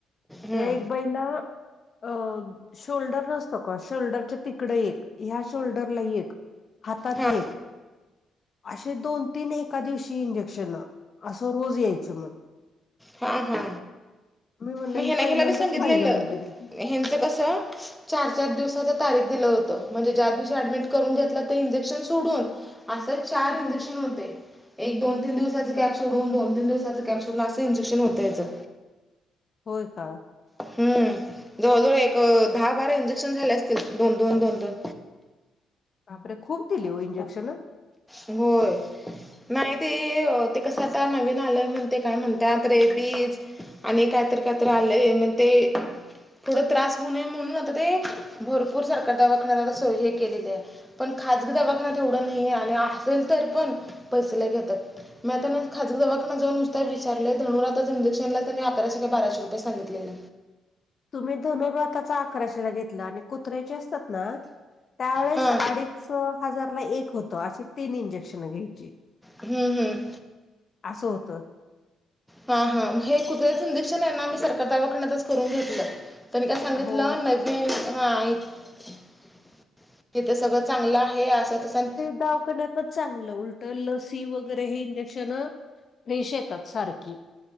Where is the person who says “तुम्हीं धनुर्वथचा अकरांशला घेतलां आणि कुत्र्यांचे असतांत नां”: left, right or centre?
Left